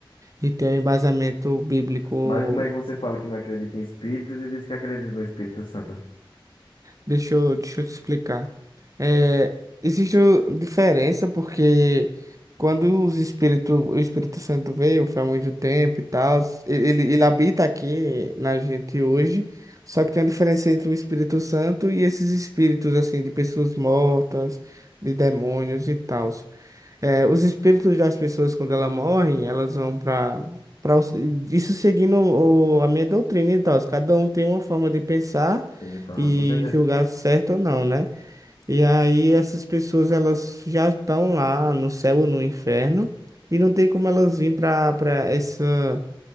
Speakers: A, on the right (about 40°); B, on the left (about 65°).
A: E tem um embasamento bíblico
B: Mas como é que você fala que não acredita em espíritos e diz que acredita no Espírito Santo?
A: Deixa eu, deixa eu te explicar. É, existe o- diferença porque quando os espírito, o Espírito Santo veio, foi há muito tempo e tal, ele, ele habita aqui na gente hoje, só que tem a diferença entre o Espírito Santo e esses espíritos, assim, de pessoas mortas, de demônios e tal. É, os espíritos das pessoas, quando elas morrem, elas vão para para isso seguindo o- a minha doutrina e tal. Cada um tem uma forma de pensar
B: Sim, claro,
A: e
B: com certeza.
A: julgar certo ou não, né? E aí essas pessoas elas já estão lá no céu ou no inferno e não tem como elas vir para para essa